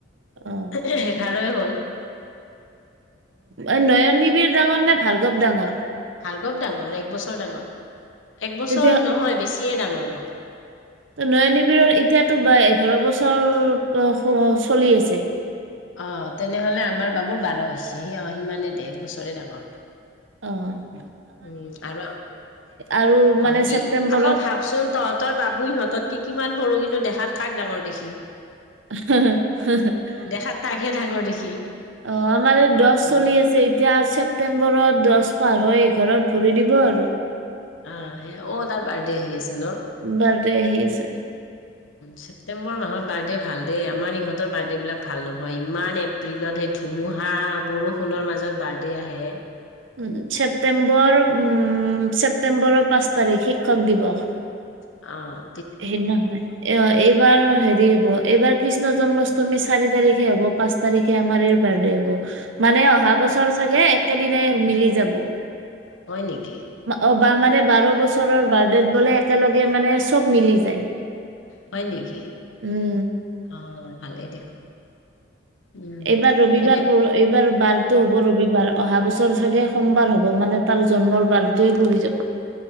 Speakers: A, on the right; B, on the left.
A: অ
B: সেইকাৰ ভালে হ'ল।
A: অই নয়ন নিবিৰ ডাঙৰ নে ভাৰ্গৱ ডাঙৰ?
B: ভাৰ্গৱ ডাঙৰ, এক বছৰ ডাঙৰ। এক বছৰ
A: তেতিয়া
B: নহয় বেছ ছিয়ে ডাঙৰ অলপ।
A: অ নয়ন নিবিৰৰ এতিয়াতো বা এঘাৰ বছৰৰ চলি আছে।
B: অহ তেনেহ'লে আমাৰ বাবুৰ বাৰ হৈছে অহ সিমানেই দেহ এক বছৰে ডাঙৰ।
A: অহ।
B: উম আৰু আ
A: আৰু মানে
B: সি
A: ছেপ্তেম্বৰত
B: আকৌ ভাবচোন তহঁতৰ বাবু সিহঁতত কি কিমান সৰু কিন্তু দেখাত কাক ডাঙৰ দেখি
A: হা‌ হা
B: দেখাত
A: <unintelligible>
B: তাকহে ডাঙৰ দেখি
A: অ আমাৰ এই দছ
B: উম
A: চলি আছে এতিয়া ছেপ্তেম্বৰ নৱেম্বৰ দহ বাৰ এঘাৰত ভৰি দিব আৰু
B: আহ সে অ তাৰ বাৰ্থডে আহি আছে ন
A: বাৰ্থডে দে আহি আছে
B: ছেপটেম্বৰ মাহত বাৰ্থডে ভাল দেই আমাৰ ইহঁতৰ বাৰ্থডে বিলাক ভাল নহয় ইমান এপ্ৰিলত সেই ধুমুহা বৰষুণৰ মাজত বাৰ্থডে আহে
A: উ ছেপ্তেম্বৰ উম ছেপ্তেম্বৰৰ পাঁচ তাৰিখ শিক্ষক দিৱস
B: অঁ
A: সেই দিনা হোৱা নাই অ এই এইবাৰ হেৰি হব এইবাৰ কৃষ্ণ জন্মাষ্টমী চাৰি তাৰিখে হব পাঁচ তাৰিখে আমাৰ বাৰ্থডে হব মানে অহা বছৰ চাগে একেদিনাই মিলি যাব
B: হয় নেকি
A: অ বা মানে বাৰ বছৰৰ বাৰ্থড বোলে একেলগে মানে মিলি যায়
B: হয় নেকি
A: উম
B: অ ভালেই দেখোন উম
A: এইবাৰ ৰবিবাৰ
B: এনে
A: পৰ এইবাৰ বাৰতটো হব ৰবিবাৰ অহা বছৰ চাগে সোমবাৰ হ'ব মানে তাৰ জন্মৰ বাৰটোৱে পৰি যাব অহ